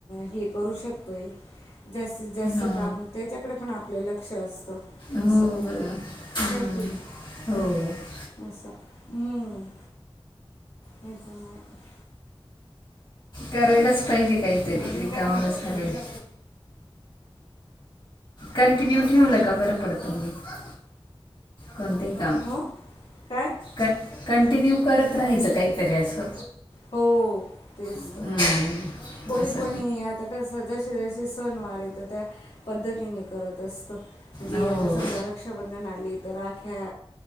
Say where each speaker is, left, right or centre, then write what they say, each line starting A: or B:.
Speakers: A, on the left; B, on the left.
A: हे करू शकतोय जास्त. जास्त
B: हो
A: काम त्याच्याकडे पण आपलं लक्ष असतं
B: हो
A: असं
B: ब हम्म
A: आहे की नाही.
B: हो.
A: अस हं. काय चालू आहे.
B: करायलाच पाहिजे काहीतरी
A: अजून
B: रिकामं
A: काय म्हणता
B: बसण्या
A: तुम्ही
B: पेक्षा. कंटिन्यू ठेवलका बरपडत मग. कोणतं हि काम.
A: हो काय
B: क कंटिन्यू करत राहायचं काहीतरी असं.
A: हो तेच
B: हम्म.
A: तर कोणी
B: असं
A: कोणी आता. कस जसे जसे सण वार येत त्या पद्धतीने करत असत. म्हणजे
B: हो
A: आता समजा रक्षाबंधन आले तर राख्या